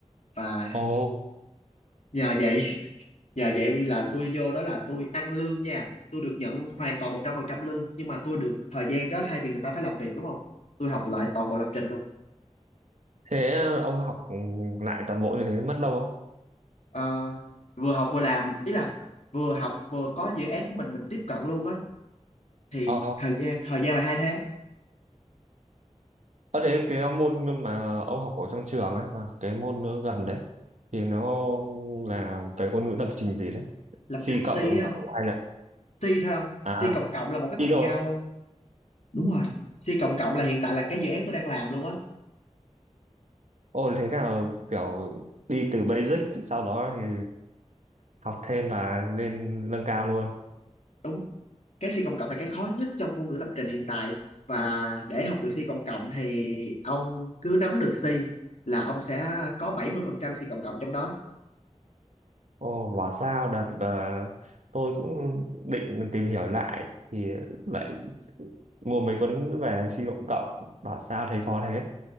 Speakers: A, on the left; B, on the right.
A: và
B: Ồ,
A: nhờ vậy nhờ vậy vì là tôi vô đó là tôi ăn lương nha tôi được nhận hoàn toàn một trăm phần trăm lương nhưng mà tôi được thời gian đó thay vì người ta phải làm việc đúng không tôi học lại toàn bộ lập trình luôn
B: thế ông học lại toàn bộ như thế mất lâu không?
A: Ờ, vừa học vừa làm ý là vừa học vừa có dự án của mình mình tiếp cận luôn á thì
B: Ờ,
A: thời gian thời gian là hai tháng
B: ở thế cái môn mà ông học ở trong trường ấy, và cái môn nó gần đấy, thì nó là cái ngôn ngữ lập trình gì đấy?
A: lập
B: C
A: trình C
B: cộng
A: á
B: cộng
A: không
B: hai lại.
A: C thôi không
B: À,
A: C cộng cộng là một cái tầm
B: C rồi.
A: cao đúng rồi C cộng cộng là hiện tại là cái dự án tôi đang làm luôn á
B: Ồ thế nào kiểu đi từ basic sau đó thì học thêm và lên nâng cao luôn.
A: đúng cái C cộng cộng là cái khó nhất trong ngôn ngữ lập trình hiện tại và để học được C cộng cộng thì ông cứ nắm được C là ông sẽ có 70% C cộng cộng trong đó
B: Ồ bảo sao đợt ờ, tôi cũng định tìm hiểu lại thì lại mua mấy cuốn về suy luận cộng bảo sao thấy khó thế.